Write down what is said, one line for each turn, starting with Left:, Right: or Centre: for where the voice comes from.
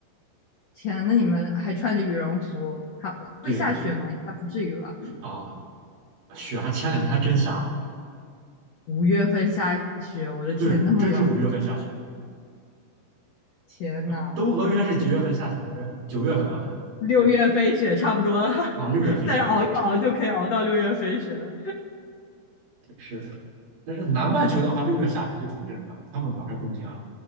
Left: 天，那你们还穿着羽绒服，还会下雪吗？
Right: 对
Left: 应该不至于吧？
Right: 啊，雪还前两天还真下了，
Left: 五月份下雪，我的天，
Right: 对，
Left: 那么冷，
Right: 我真是五月份下雪。
Left: 天呐，
Right: 呃，都俄约是几月份下雪来着？九月份啊，
Left: 六月飞雪差不多了，<laughs>
Right: 啊，六月份雪，
Left: 再熬一熬就可以熬到六月飞雪了。
Right: 对对，差不多，对是的。但是南半球的话，六月下雪就挺正常的，他们马上冬天了。